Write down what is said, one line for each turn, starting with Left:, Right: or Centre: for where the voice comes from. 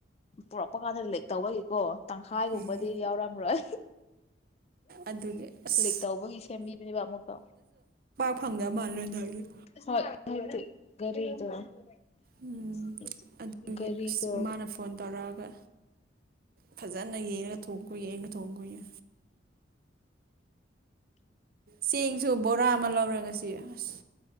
Left: ꯄꯨꯔꯛꯄ ꯀꯥꯟꯗ ꯂꯤꯛ ꯇꯧꯕꯒꯤꯀꯣ ꯇꯪꯈꯥꯏꯒꯨꯝꯕꯗꯤ
Right: ꯎꯝ
Left: ꯌꯥꯎꯔꯝꯔꯣꯏ
Right: ꯑꯗꯨꯒꯤ ꯑꯁ
Left: ꯂꯤꯛ ꯇꯧꯕꯒꯤ ꯁꯦꯝꯕꯤꯕꯅꯦꯕ ꯑꯃꯨꯛꯀ
Right: ꯐꯪꯗ ꯃꯥꯜꯂꯦ ꯅꯣꯏꯒꯤ
Left: <unintelligible>
Right: ꯎꯝ ꯑꯗꯨꯒꯤ
Left: ꯀꯔꯤꯗꯣ
Right: ꯑꯁ ꯃꯥꯅ ꯐꯣꯟ ꯇꯧꯔꯛꯑꯒ ꯐꯖꯅ ꯌꯦꯡꯉꯒ ꯊꯣꯡꯈꯣ ꯌꯦꯡꯒ ꯊꯣꯡꯈꯣꯌꯦ ꯆꯦꯡꯁꯨ ꯕꯣꯔꯥ ꯑꯃ ꯂꯧꯔꯦ ꯉꯁꯤ ꯑꯁ